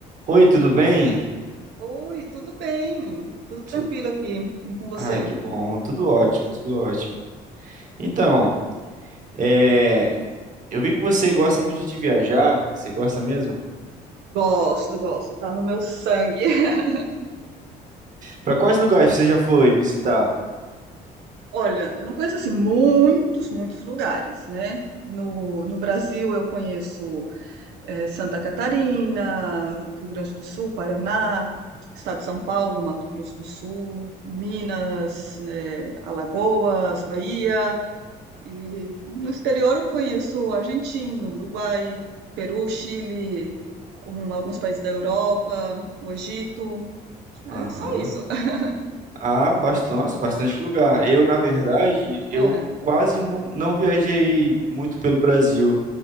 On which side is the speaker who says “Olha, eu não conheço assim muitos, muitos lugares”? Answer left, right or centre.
Right